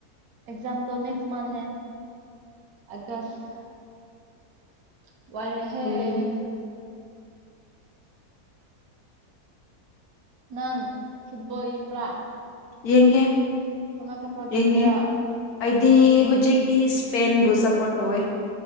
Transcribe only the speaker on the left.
ꯎꯝ
ꯌꯦꯡꯉꯦ꯫
ꯌꯦꯡꯉꯦ ꯑꯩꯗꯤ ꯍꯧꯖꯤꯛꯇꯤ ꯁ꯭ꯄꯦꯟꯕꯨ ꯁꯞꯄꯣꯔꯠ ꯇꯧꯋꯦ꯫